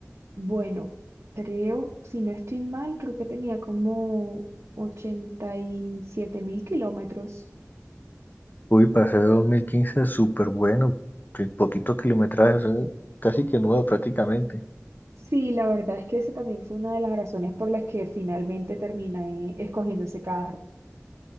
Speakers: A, on the right (about 70°); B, on the left (about 40°).
A: Bueno, creo, si no estoy mal, creo que tenía como ochenta y siete mil kilómetros.
B: Uy, para ser 2015 súper bueno, que poquitos kilometrajes, eh, casi que nuevo prácticamente.
A: Sí, la verdad es que esa también fue una de las razones por las que finalmente terminé escogiendo ese carro.